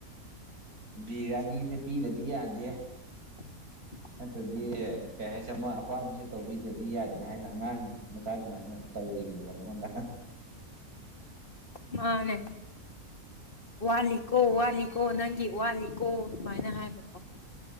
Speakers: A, on the right; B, on the left.
A: ꯕꯤꯔꯌꯥꯅꯤꯁꯦ ꯄꯤꯗꯗꯤ ꯌꯥꯗꯦ
B: <inaudible>
A: ꯅꯠꯇ꯭ꯔꯗꯤ ꯀꯩ ꯍꯥꯏꯁꯦ ꯑꯃ ꯑꯄꯥꯝꯕꯁꯦ ꯇꯧꯕꯤꯗꯗꯤ ꯌꯥꯗꯦ ꯍꯥꯏꯅ ꯑꯉꯥꯡ ꯃꯆꯥ ꯑꯗꯨꯃꯥꯏꯅ ꯇꯧꯔꯤꯕꯅꯦꯕ ꯅꯪꯉꯣꯟꯗ
B: ꯃꯥꯅꯦ ꯋꯥꯠꯂꯤ ꯀꯣ ꯋꯥꯠꯂꯤ ꯀꯣ ꯅꯪꯒꯤ ꯋꯥꯠꯂꯤꯀꯣ ꯑꯗꯨꯃꯥꯏꯅ ꯍꯥꯏꯕꯀꯣ